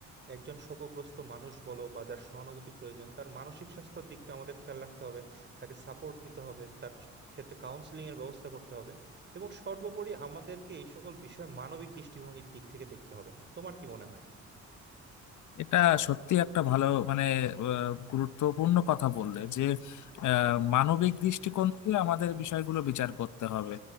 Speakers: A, on the right; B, on the left.
A: একজন শোকগ্রস্ত মানুষ বলো বা যার সহানুভূতি প্রয়োজন তার মানসিক স্বাস্থ্যের দিকটা আমাদের খেয়াল রাখতে হবে তাকে সাপোর্ট দিতে হবে তার ক্ষেত্রে কাউন্সিলিং এর ব্যবস্থা করতে হবে এবং সর্বোপরি আমাদেরকে এই সকল বিষয় মানবিক দৃষ্টিভঙ্গির দিক থেকে দেখতে হবে তোমার কি মনে হয়
B: এটা সত্যি একটা ভালো মানে আহ, গুরুত্বপূর্ণ কথা বললে যে আহ, মানবিক দৃষ্টিকোণ থেকে আমাদের বিষয়গুলো বিচার করতে হবে